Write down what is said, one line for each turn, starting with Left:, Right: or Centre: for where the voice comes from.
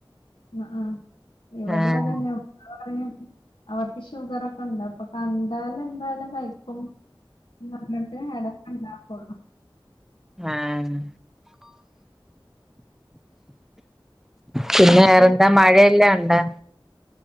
Left: അ ആ ഇവിടെയതന്നെ
Centre: ആഹ്
Left: പറയും അവർക്ക് ഷുഗറൊക്കെണ്ടോ പ്പൊ കണ്ടാലന്തായലും കൈക്കും വന്നിട്ട് അട <unintelligible>
Centre: ആഹ് പിന്നെ
Left: ഹസ്ബൻഡ്
Centre: വേറെന്താ മഴയെല്ലാംഉണ്ടാ